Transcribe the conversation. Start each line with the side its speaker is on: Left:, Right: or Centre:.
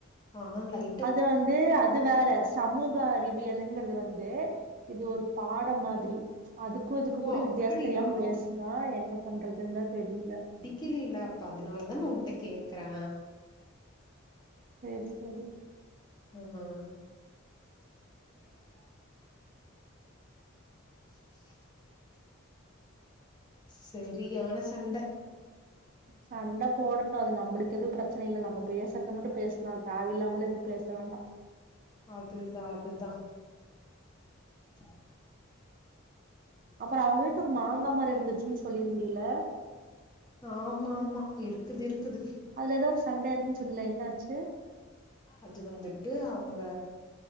Left: ஆனா லை
Right: அது வந்து அது வேற சமூக அறிவியல்ங்க றது வந்து இது ஒரு பாடம் மாத்ரி அதுக்கு இதுக்கு
Left: ஓ
Right: கூட
Left: அப்படியா
Right: வித்தயாஸ் தெரியாம பேஸ்னா என்ன பண்றதுந்தா தெரியில
Left: கிலில்ல அப்ப அதுனால தான உன்ட்ட கேக்கறே
Right: சேர் சேரி
Left: ம் ம் <inaudible> <inaudible> செரியான சண்ட
Right: சண்ட போடட்டு அது நம்பளுக் எதுவு ப்ரெச்சன இல்ல நம்ம பேசுற்த மட்டு பேசலா தேவ இல்லாமல எதுவு பேச வேண்டா
Left: அதுதா அதுதா <inaudible>
Right: அப்பற அவுங்க வீட்டு ஒரு மாங்கா மர இருந்துச்சுன் சொல்லிருந்திலே
Left: ஆமா ஆமா இருக்குது இருக்குது
Right: அதுல எதோ ஒரு சண்டயாச்சுன் சொன்ல என்ன ஆச்சு
Left: அது வந்துட்டு அவங்க